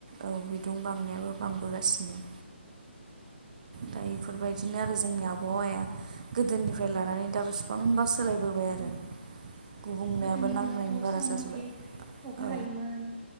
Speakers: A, on the right; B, on the right.
A: औ बिदुं बांनायाबो बांबोगासिनो। दा इफोरबायदिनो आरो जोंनि आबहावाया गोदोनिफ्राय लानानै दा बेसेबांबा सोलायबोबाय आरो
B: उम।
A: गुबुंनायाबो
B: गोदोनि
A: नांनायनि
B: दिनावथ'
A: बारा
B: सम
A: जाजोब्बाय
B: मथे अखा
A: औ
B: हायोमोन